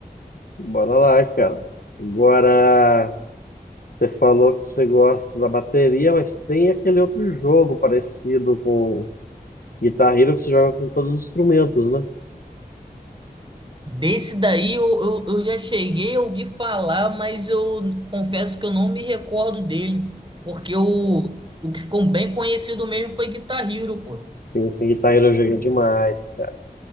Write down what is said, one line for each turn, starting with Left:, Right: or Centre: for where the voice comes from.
Left: Bora lá, cara. Agora, você falou que você gosta da bateria, mas tem aquele outro jogo parecido com Guitar Hero que você joga com todos os instrumentos, né?
Right: Desse daí eu, eu, eu já cheguei a ouvir falar, mas eu confesso que eu não me recordo dele. Porque o, o que ficou bem conhecido mesmo foi Guitar Hero, pô.
Left: Sim, sim, Guitar Hero eu joguei demais, cara.